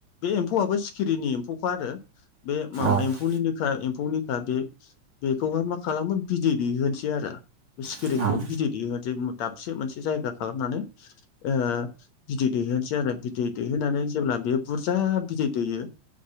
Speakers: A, on the left (about 65°); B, on the right (about 40°).
A: बे एम्फौआबो सिखिरिनि एम्फौखा आरो बे मामा
B: औ नोंथां औ नोंथां
A: एम्फौनिनो खा एम्फौ निखा बे बेखौहाय मा खालामो बिदै दै होनोसै आरो सिखिरिखौ
B: औ
A: बिदै दै होनोसै मु दाबसे मोनसे जायगा खालामनानै ओ बिदै दैहोनोसै आरो बिदै दैहोनानै जेब्ला बेयो बुरजा बिदै दैयो